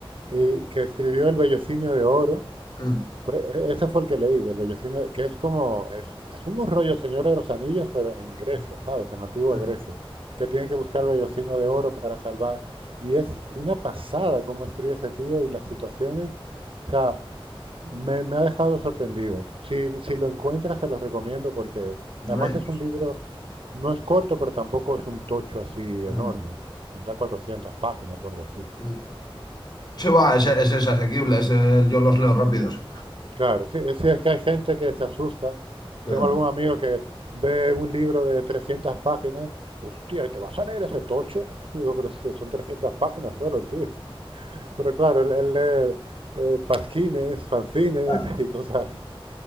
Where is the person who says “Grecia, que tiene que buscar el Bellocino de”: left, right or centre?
Right